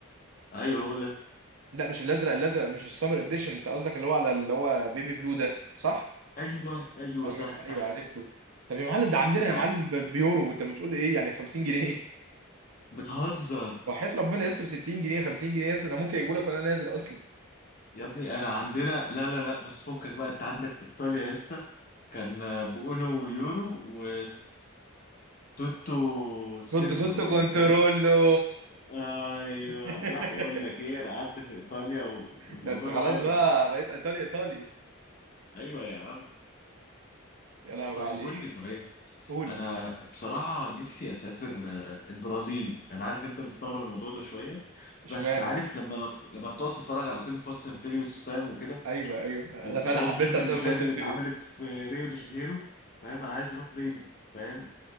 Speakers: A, on the left (about 40°); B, on the right (about 80°).
A: ايوه هو ده
B: لا مش الازرق الازرق مش السمر اديشن انت قصدك اللي هو على اللي هو بيبي بلو ده صح
A: ايوه ايوه
B: ايوه
A: صح صح
B: ايوه عرفته طب يا معلم ده عندنا
A: انت
B: يا معلم ب- بيورو وانت بتقول ايه يعني ب 50 جنيه
A: بتهزر
B: <laughs> وحياة ربنا لسه ب 60 جنيه 50 جنيه لسه انا ممكن اجيبه لك وانا نازل اصلا
A: يا ابني انا عندنا لا لا لا بس فكك بقى انت عندك في ايطاليا يا اسطى كان آه، بأونو ويورو و توتو
B: حط
A: سنتو
B: صوت
A: يعني
B: كنترولو
A: فاهم ايوه
B: <laughs>
A: لا بقول لك ايه انا قعدت في ايطاليا و- والموضوع
B: ده انت خلاص
A: معايا بقى
B: بقى بقيت ايطالي ايطالي
A: ايوه يا عم
B: يا لهوي
A: طيب
B: عليك
A: قول لي صحيح
B: قول
A: انا بصراحه نفسي اسافر آه، البرازيل انا عارف انت مستغرب الموضوع ده شويه
B: اشمعنى
A: بس عارف لما لما بتقعد تتفرج على فيلم فاست اند فيريوس فاهم وكده
B: ايوه ايوه
A: وتقعد
B: انا فعلا حبيتها
A: تشوف
B: بسبب
A: المشاهد
B: فاست
A: اللي
B: اند
A: اتعملت
B: فيريس
A: في ريو دي جانيرو فاهم انا عايز اروح ريو فاهم